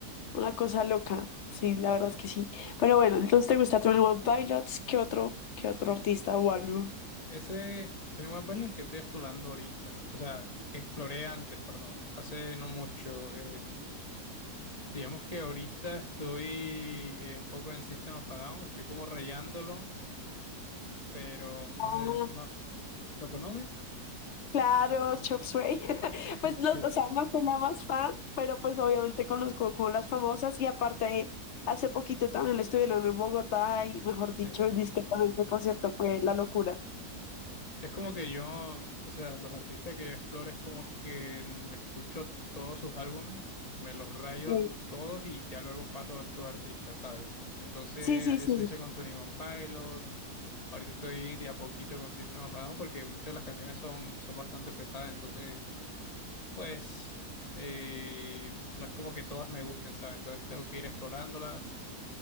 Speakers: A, on the left (about 55°); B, on the left (about 25°).
A: una cosa loca. Sí, la verdad es que sí. Pero bueno, entonces te gusta Twenty One Pilots, ¿qué otro, qué otro artista o álbum?
B: Ese Tony One Pilots es el que estoy explorando ahorita, o sea, que exploré antes, perdón, hace no mucho. eh, digamos que ahorita estoy eh, un poco en System of a Down, estoy como rayándolo, pero no
A: Ah,
B: sé, si- no, ¿lo conoces?
A: claro, Chop Suey. <laughs>
B: <laughs>
A: Pues no,
B: Sí,
A: o sea, no soy la más fan, pero pues obviamente conozco como las famosas y aparte hace poquito también lo estuvieron en Bogotá y mejor
B: sí.
A: dicho, dice que también ese concierto fue la locura.
B: Es como que yo, o sea, los artistas que yo exploro es como que el- me escucho todos sus álbumes, me los rayo
A: Sí,
B: todos y ya luego paso a otro artista, ¿sabes? Entonces,
A: sí, sí,
B: eso
A: sí,
B: hice con Twenty One Pilots. Ahorita estoy de a poquito con System of a Down porque muchas de las canciones son, son bastante pesadas, entonces, pues, eh, no es como que todas me gusten, ¿sabes? Entonces tengo que ir explorándolas.